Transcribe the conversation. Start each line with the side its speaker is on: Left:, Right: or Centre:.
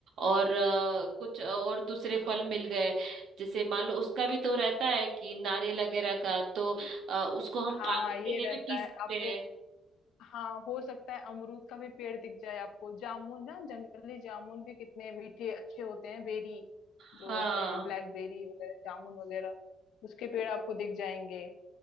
Right: और अ, कुछ और दूसरे फल मिल गए जैसे मान लो उसका भी तो रहता है कि नारियल वगैरह का तो अ, उसको हम
Left: हाँ
Right: पानी के
Left: ये
Right: लिए
Left: रहता
Right: भी पी सकते
Left: है आपको
Right: हैं
Left: हाँ हो सकता है अमरूद का भी पेड़ दिख जाए आपको जामुन ना जंगली जामुन भी कितने मीठे अच्छे होते हैं बेरी
Right: हाँ
Left: जो आते हैं ब्लैकबेरी वगैरह जामुन वगैरह उसके पेड़ आपको दिख जाएंगे